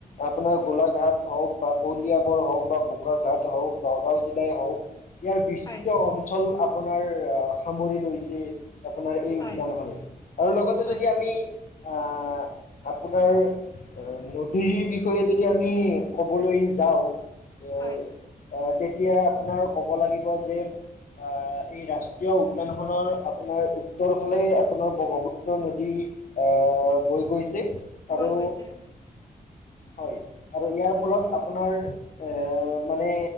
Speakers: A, on the left; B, on the left.
A: আপোনাৰ গোলাঘাট হওঁক বা কলিয়াবৰ হওঁক বা বোকা ঘাট হওঁক। চৰকাৰ যি। যাই হওঁক ইয়াৰ বিস্তৃত
B: হয়
A: অঞ্চল আপোনাৰ আহ সামৰি লৈছে। আপোনাৰ এই
B: হয়
A: উদ্যানখনেই আৰু লগতে
B: হয়
A: যদি আমি আহ। আপোনাৰ নদীৰ বিষয়ে যদি আমি ক'বলৈ যাওঁ। আহ
B: হয়
A: আহ তেতিয়া আপোনাৰ ক'ব লাগিব যে। আহ এই ৰাষ্ট্ৰীয় উদ্যান খনৰ আপোনাৰ উত্তৰ ফালে আপোনাৰ ব্ৰহ্মপুত্ৰ নদী। আহ, বৈ গৈছে
B: বৈ
A: আৰু।
B: গৈছে
A: হয় আৰু ইয়াৰ ফলত আপোনাৰ এ মানে।